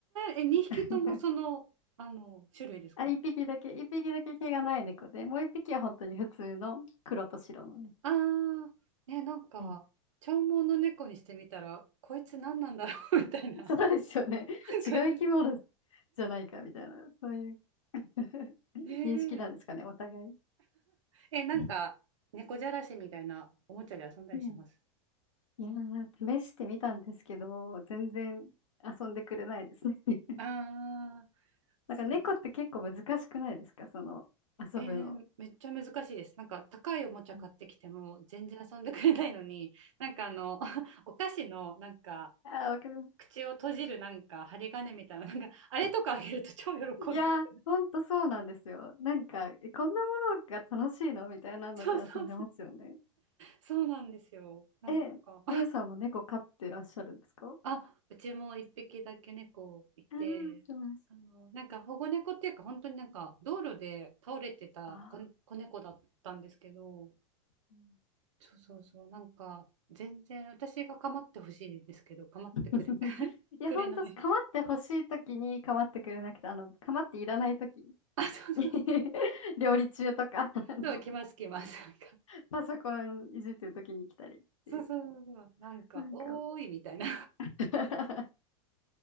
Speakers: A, on the right; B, on the left.
A: え、え、2匹ともその、
B: <laughs>
A: あの、種類ですか
B: あ、一匹だけ、一匹だけ毛がない猫で、もう一匹は本当に普通の黒と白のね。
A: ああ、ね、なんか、
B: はい。
A: 長毛の猫にしてみたら、こいつ何なんだろう <laughs> みたいな
B: そうですよね。<laughs>
A: 感じ。
B: 違う生き物じゃないかみたいな、そういう <laughs>
A: ね
B: 認識なんですかね、お互い。
A: え。え、なんか、
B: う
A: 猫じゃらしみたいなおもちゃで遊んだりします。
B: ん。いやー、試してみたんですけど、全然遊んでくれないですね。<laughs>
A: ああー、
B: なんか猫って結構難しくないですか、
A: そうです。
B: その遊ぶの。
A: えーめっちゃ難しいです。なんか高いおもちゃ買ってきても全然遊んでくれないのに、
B: うん
A: なんかあの、<laughs> お菓子のなんか
B: あー、わかります。
A: 口を閉じるなんか針金みたいな、なんかあれとかあげると超喜んでて。
B: いや、ほんとそうなんですよ。なんか、えこんなものが楽しいのみたいなので遊んでますよね。
A: そうそうそう。そうなんですよ。なんか
B: え、みゆさんも猫飼ってらっしゃるんですかあ
A: あ、うちも一匹だけ猫いて、
B: あー、素晴らしい。
A: あの、なんか保護猫っていうか、本当になんか道路で倒れてた子、
B: ああ。
A: 子猫だったんですけど、
B: うん
A: そうそうそう、なんか全然私が構ってほしいんですけど、構ってくれ、
B: <laughs>
A: <laughs>
B: いや、
A: くれない。
B: ほんと、かまってほしいときにかまってくれなくて、あの、かまっていらないとき。
A: あ、そうそう、
B: <laughs> 料理中とか、あの、
A: そう、来ます来ます。なんか、
B: パソコンいじってるときに来たりっていう。
A: そうそうそうそう、なんか、
B: なんか
A: おーいみたいな。
B: <laughs>